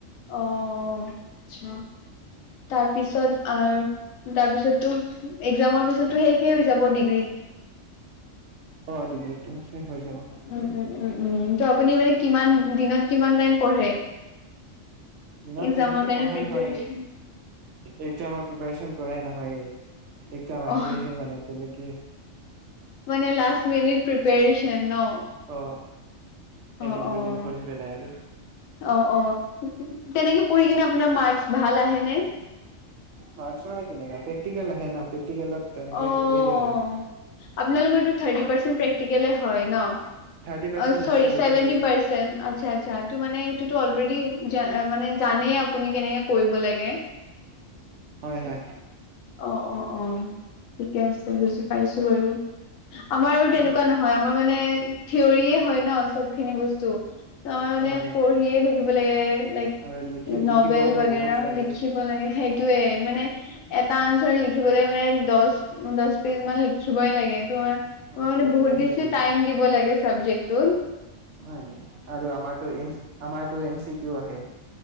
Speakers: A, on the left; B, on the right.
A: অহ, অচ্ছা। তাৰপিছত তাৰপিছতো এগজাম পিছতো শেখই হৈ যাব ডিগ
B: অ দিগ্ৰী তো শেখ হৈ যাব।
A: উম উম উম উম ত আপুনি মানে কিমান দিনত কিমান টাইম পঢ়ে?
B: দিনত
A: এক্জামৰ
B: তেনেকে
A: কাৰণে
B: পঢ়াই
A: প্ৰিপেৰেচন
B: নহয় একজামৰ প্ৰিপচন পঢ়া নহয়ে এগজাম
A: অ
B: আহিলেহে মানে তেনেকে
A: মানে লাষ্ট মিনিট প্ৰিপাৰেচন ন?
B: অ এদিন
A: অ, অ,
B: দুদিন পঢ়ি পেলাই আৰু
A: অ, অ। তেনেকে পঢ়ি কিনে আপোনাৰ মাৰ্ক্স ভাল আহেনে?
B: মাৰ্কচ মানে কেনেকা প্ৰেক্টিকেল আহে ন প্ৰেক্টিকেলত তেনেকে
A: আহ,
B: কৰি দিওঁ আৰু
A: আপোনালোকৰতো ৰ্ঠাতি ৰ্পাচেনট প্ৰেক্টিকেলেই হয় ন?
B: থাৰ্টি পাৰ্চেন্ট
A: অ
B: হয়
A: sorry
B: seventy
A: seventy
B: percent
A: percent আচ্ছা আচ্ছা টো মানে সেটো তো অলৰেদি জা মানে জানেই আপুনি কেনেকে কৰিব লাগে।
B: হয় হয়
A: অ, অ, অ, ঠিকে আছে। বুজি পাইছো। বাৰু। আমাৰ আৰু তেনেকুৱা
B: উম,
A: নহয় আমাৰ মানে থিয়ৰিয়ে হয় ন চবখিনি বস্তু টো টো মানে
B: হয়
A: পঢ়িয়ে থাকিব লাগে, লাইক
B: আৰু লিখি লিখিবতো
A: নভেল বাগেৰা
B: বহুত লাগে
A: লিখিব লাগে সেই সেইটোয়ে মানে এটা অন্স্বেৰ লিখিবলৈ মানে দহ দহ পেজ মান লিখিবই লাগে। তোমাৰ তমাৰ
B: অ
A: মানে
B: তেতিয়াহে
A: বহুত বেছি
B: দিয়ে
A: টাইম দিব লাগিছে চব্জেক্টটো
B: হয় আৰু আমাৰোতো আমাৰতো এম চি কিও আহে